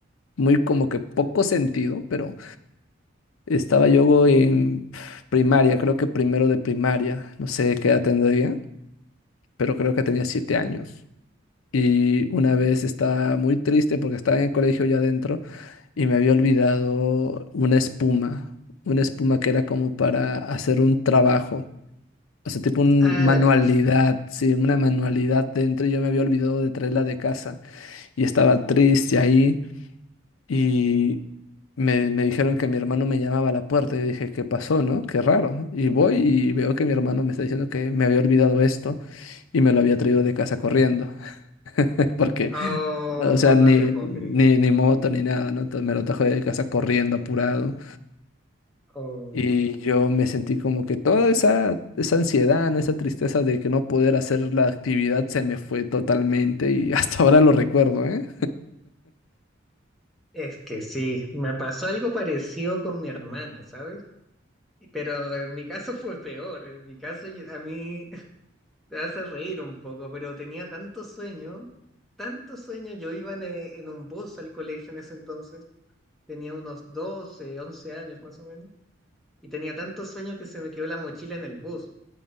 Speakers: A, on the left (about 85°); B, in the centre.
A: muy como que poco sentido, pero estaba yo en primaria, creo que primero de primaria, no sé qué edad tendría, pero creo que tenía siete años. Y una vez estaba muy triste porque estaba en el colegio ya adentro y me había olvidado una espuma, una espuma que era como para hacer un trabajo, o sea, tipo una
B: Ah,
A: manualidad,
B: la clásico.
A: sí, una manualidad dentro y yo me había olvidado de traerla de casa y estaba triste ahí y me, me dijeron que mi hermano me llamaba a la puerta. Yo dije, ¿qué pasó, no? Qué raro. Y voy y veo que mi hermano me está diciendo que me había olvidado esto y me lo había traído de casa corriendo <laughs> porque
B: Oh,
A: o sea, ni,
B: no te puedo
A: ni,
B: creer.
A: ni moto ni nada, ¿no? Entonces, Me lo trajo de casa corriendo, apurado.
B: Oh,
A: Y yo me sentí como que toda esa, esa ansiedad, ¿no? Esa tristeza de que no poder hacer la actividad se me fue totalmente y <laughs> hasta ahora lo recuerdo, ¿eh?
B: es que sí, me pasó algo parecido con mi hermana, ¿sabes? Pero en mi caso <laughs> fue peor. En mi caso yo- a mí <laughs> te vas reír un poco, pero tenía tanto sueño, tanto sueño. Yo iba en, eh, en un bus al colegio en ese entonces, tenía unos 12 11 años más o menos. y tenía tanto sueño que se me quedó la mochila en el bus.